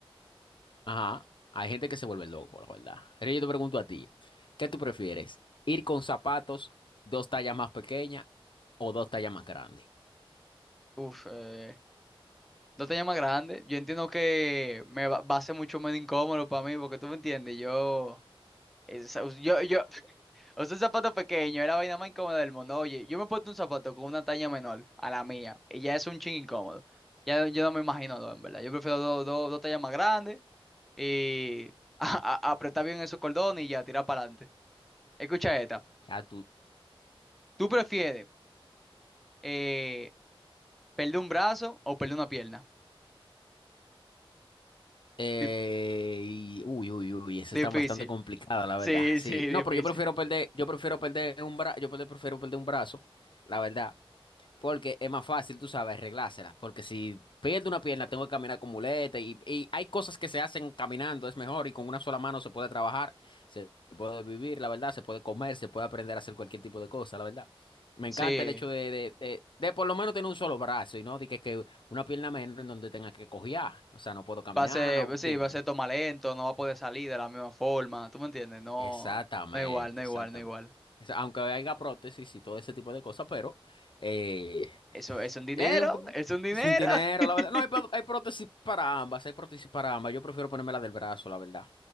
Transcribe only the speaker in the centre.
Uf, eh, no te llama grande. Yo entiendo que me va, va a ser mucho menos incómodo para mí, porque tú me entiendes, yo, es- yo, yo O sea, un zapato pequeño, era la vaina más incómoda del mundo. Oye, yo me he puesto un zapato con una talla menor a la mía y ya es un ching incómodo. Ya yo no me imagino dos, en verdad. Yo prefiero dos dos- dos tallas más grandes y <laughs> a- a- apretar bien esos cordones y ya tirar para adelante. Escucha esta.
¿Tú prefieres eh, perder un brazo o perder una pierna?
Di-
difícil.
Sí,
<laughs> sí, difícil.
Sí.
Va a ser,
sí,
va a ser toma lento, no va a poder salir de la misma forma. ¿Tú me entiendes? No,
no igual, no igual,
no igual.
Eso es un dinero,
es un dinero.
<laughs>